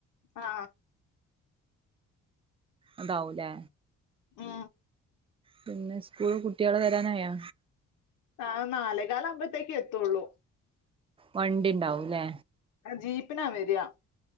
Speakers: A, on the left (about 80°); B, on the right (about 20°).
A: ആ
B: അതാവൂലേ
A: മ്
B: പിന്നെ സ്കൂള് കുട്ടികള് വരാനായോ
A: ആ നാലേ കാല ആകുമ്പത്തേക്ക് എത്തുള്ളൂ
B: വണ്ടി ഉണ്ടാവുംല്ലേ
A: ആ ജീപ്പിനാ വരിയാ